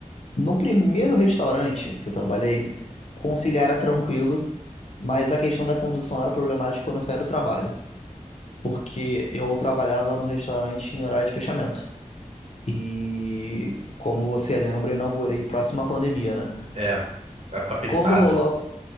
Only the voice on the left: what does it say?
no primeiro restaurante que eu trabalhei, conciliar era tranquilo, mas a questão da condução era problemática quando eu saía do trabalho, porque eu trabalhava no restaurante em horário de fechamento. E como você lembra, eu inaugurei próximo à pandemia, né?
Quando rolou,